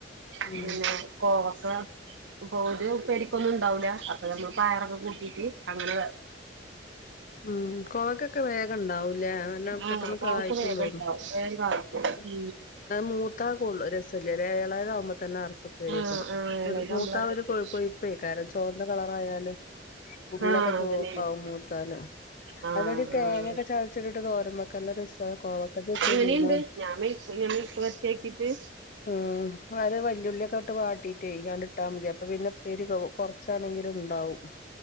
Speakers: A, on the left; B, on the right.
A: ഉം
B: പിന്നൊ കോവക്ക അപ്പൊ ഒരു ഉ പരിക്കൊന്നും ഉണ്ടാവില്ല. അപ്പൊ നമ്മൾ പയറൊക്കെ കൂട്ടീട്ട് അങ്ങനെ
A: ഉം കൊവക്കൊക്കെ വേഗം ഇണ്ടാവൂലേ നല്ലാം
B: ആഹ്
A: പെട്ടെന്ന്
B: കോവക്ക
A: കായക്കും
B: വേഗം
A: തോണ്.
B: ഉണ്ടാവും വേഗം കായ്ക്കും
A: ഉം അത് മൂത്താ കൂള്ളൂ രസമളായത് ആകുമ്പോ തന്നെ അറ്ത്ത് പേരിക്കണം
B: ആഹ് ആഹ് എളേതാവുമ്പളാ
A: ഒരു <unintelligible>
B: രസം
A: ഒരു കൊഴപ്പം ഇപ്പേ കാരണം ചുവന കളറായാല് ഉള്ളൊക്കെ
B: ആഹ്
A: ചുവപ്പാവും
B: അതന്നെയാണ്
A: മൂത്താല്
B: ആഹ്
A: അതടി തേങ്ങൊക്കെ
B: ആഹ്
A: ചതച്ചിട്ടട്ട് തോരൻ വക്ക. നല്ല രസ കോവക്ക ഇജ് വെച്ചോകീ
B: അങ്ങനെയുണ്ട്
A: രുന.
B: ഞാൻ മെഴുക്ക് ഞാൻ മെഴുക്ക് വരട്ടിയാക്കിട്ട്
A: ഉം ഒര് വല്ലുളിയൊക്കെ ഇട്ട് വാട്ടീട്ട് ആണ്ട് ട്ടാ മതി അപ്പൊ പിന്നെ ഇപോരി കൊ കുറച്ചാണെങ്കിലും ഉണ്ടാവും.